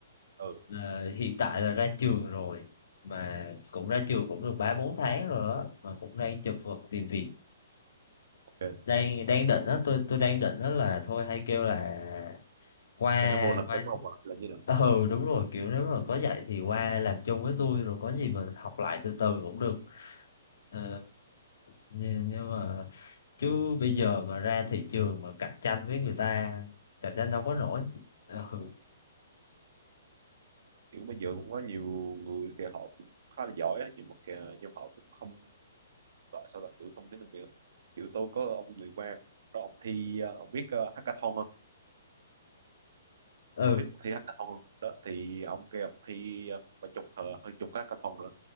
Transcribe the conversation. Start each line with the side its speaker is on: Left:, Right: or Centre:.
Right: ừ
Left: Ờ, hiện tại là ra trường rồi mà cũng ra trường cũng được ba bốn tháng rồi á mà cũng đang chật vật tìm việc
Right: ok
Left: đang đang định á tôi tôi đang định á là thôi hay kêu là qua
Right: cái nó vô làm
Left: qua
Right: giống ông ạ là như là
Left: ờ, ừ đúng rồi kiểu nếu mà có dạy thì qua làm chung với tôi rồi có gì mình học lại từ từ cũng được ờ, nhưng, nhưng mà chứ bây giờ mà ra thị trường mà cạnh tranh với người ta cạnh tranh đâu có nổi Ờ, ừ
Right: kiểu bây giờ cũng có nhiều người kìa họ cũng khá là giỏi á nhưng mà kìa, nhưng mà họ cũng không gọi sao là kiểu không tính được kiểu kiểu tôi có ông người quan đó ông thi ờ, ông biết ờ, hackathon không
Left: ừ
Right: ông biết cuộc thi hackathon không đó thì ông kêu ông thi ờ, vài chục ờ, hơn chục cái hackathon nữa